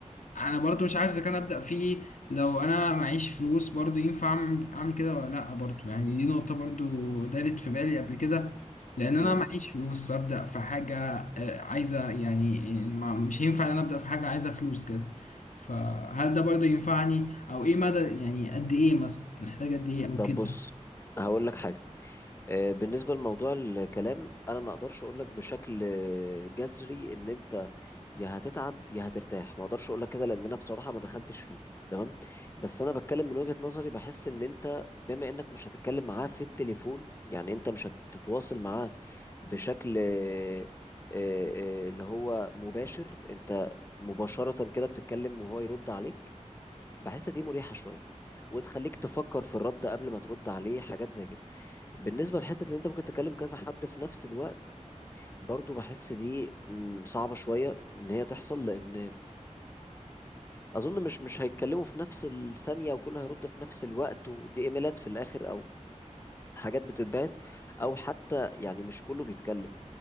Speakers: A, on the left; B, on the left.
A: انا برضو مش عارف اذا كان ابدا فيه لو انا معيش فلوس برضو ينفع اعمل أعمل كده ولا لا برضو يعني دي نقطة برضو دارت في بالي قبل كده لان انا
B: امم
A: معيش فلوس ابدا في حاجه آه، عايزه يعني ما- مش هينفع ان انا ابدا في حاجه عايزه فلوس كده فهل ده برضه ينفعني او ايه مدى يعني قد ايه مثلا نحتاج قد ايه او
B: طب
A: كده
B: بص هقول لك حاجه آه، بالنسبه لموضوع الكلام انا ما اقدرش اقول لك بشكل آه، جذري ان انت يا هتتعب يا هترتاح ما اقدرش اقول لك كده لان انا بصراحه ما دخلتش فيه تمام بس انا بتكلم من وجهه نظري بحس ان انت بما انك مش هتتكلم معاه في التليفون يعني انت مش هتتواصل معاه بشكل آه، آه، آه، اللي هو مباشر انت مباشره كده بتتكلم وهو يرد عليك بحس دي مريحه شويه وتخليك تفكر في الرد قبل ما ترد عليه حاجات زي كده بالنسبة لحتة إن أنت ممكن تكلم كذا حد في نفس الوقت برضو بحس دي مم، صعبة شوية إن هي تحصل لأن اظن مش مش هيتكلموا في نفس الثانيه وكله هيرد في نفس الوقت ودي ايميلات في الاخر او حاجات بتتبعت او حتى يعني مش كله بيتكلم